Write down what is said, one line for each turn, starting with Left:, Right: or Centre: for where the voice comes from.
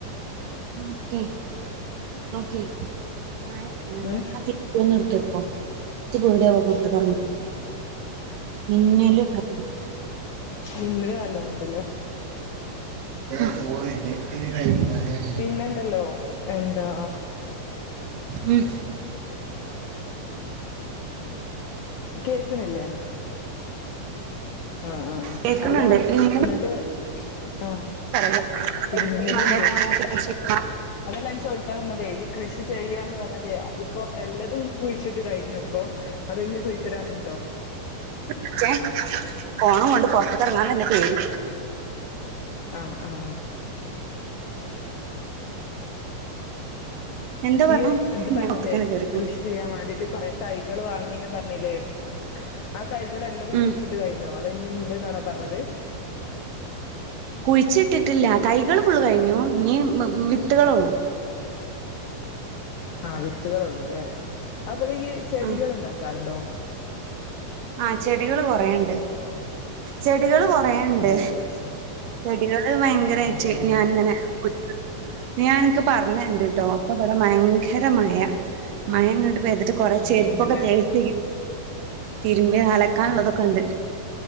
Right: Okay, okay. മഴ വർന്ണ്ട്.
Left: ഉം
Right: ജ്ജ് ഒന്ന് ഇട്ത്തെക്കോ ഇച്ച് പേഡ്യാവും പോർത്ക്ക് എർങ്ങാന്. മിന്നലും ഇണ്ടാവുമ്പോ
Left: മിന്നല് നല്ലോം ഇണ്ട് ലേ
Right: <unintelligible>
Left: പിന്നെണ്ടല്ലോ എന്താ
Right: ഉം.
Left: കേക്ക്ണ്ല്ലേ ആ ആ
Right: കേക്കുന്നുണ്ട്
Left: അല്ലാ
Right: മിന്നല്
Left: എന്നിട്ട് ആഹ്
Right: പഠിക്കുന്ന
Left: ഇടിമിന്നലുണ്ട്
Right: നല്ല സമയത്ത് പഠിച്ച്ക്ക്ണാ
Left: അതല്ല ഞാൻ ചോയിക്കാൻ എന്താറിയോ ഈ കൃഷി ചെയാന്ന് പർഞ്ഞതെ അത്പ്പോം എല്ലതും കുഴിച്ചിട്ട് കഴിഞ്ഞപ്പൊ അത് ഇഞ്ഞും കുഴിച്ചിടാന്ണ്ടോ
Right: ച്ചേ ഫോണും കൊണ്ട് പോർത്ത്ക്ക് എർങ്ങാൻ തന്നെ പേടി
Left: ആ ആഹ്
Right: എന്താ പറഞ്ഞെ
Left: ഈ ഇത് പർഞ്ഞിലെ
Right: ഞാൻ ഒത്തക്കനെ
Left: കൃഷി
Right: കേറിപ്പോ
Left: കൃഷി ചെയ്യാം വാണ്ടിട്ട് കൊറെ തൈകള് വാങ്ങീന്ന് പർഞ്ഞിലെ ആ തൈകള് എല്ലതും
Right: ഉം
Left: കുഴിച്ചിട്ട് കഴി ഞ്ഞോ അതോ ഇഞ്ഞുണ്ട് ന്നാണോ പർഞ്ഞത്
Right: കുഴിച്ച് ഇട്ടിട്ടില്ല തൈകള് ഫുള്ള് കഴിഞ്ഞു ഇഞ്ഞി വിത്തുകള് ഒള്ളു
Left: ആ വിത്തുകള് ഒള്ളൂ ലെ അതുപോലെ ഈ ചെടികള്ണ്ടാ
Right: ആഹ്
Left: ക്കാല്ണ്ടോ
Right: ആ ചെടികള് കൊറെ ഇണ്ട് ചെടികള് കൊറെ ഇണ്ട്
Left: ആഹ് അത് ശരി
Right: ചെടികള് ഭയങ്കരായിറ്റ്
Left: ആഹ് ആഹ്
Right: ഞാന് ഇങ്ങനെ കുത്തി ഇഞ് ഞാൻ അൻക്ക് പർഞ്ഞര്ണ്ട് ട്ടോ ഇപ്പൊ ഇവടെ ഭയങ്കര മഴ മഴ ഇങ്ങട്ട് പെയ്ത്ട്ട് കൊറെ ചെര്പ്പൊക്ക
Left: അങ്ങനെണ്ട്ല്ലേ
Right: തേകി തേകി തിര്മ്പിയ അലക്കാള്ളതൊക്ക
Left: ആഹ്
Right: ഇണ്ട്